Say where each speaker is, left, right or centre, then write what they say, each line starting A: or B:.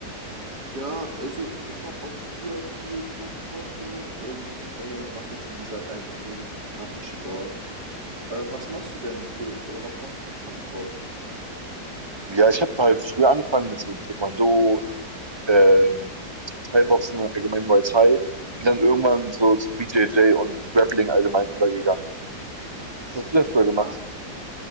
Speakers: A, on the right (about 65°); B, on the right (about 20°).
A: Ja, also ich habe auch früher viel Kampfsport gemacht und äh, mache jetzt, wie gesagt, einfach nur noch Kraftsport. Äh, was machst du denn für, oder was machst du für Kampfsport?
B: Ja, ich habe halt früher angefangen mit so Taekwondo, ähm, Thai-Boxen, allgemein Muay Thai, bin dann irgendwann so zu BJJ und Grappling allgemein übergegangen. Was hast du denn früher gemacht?
A: Ah,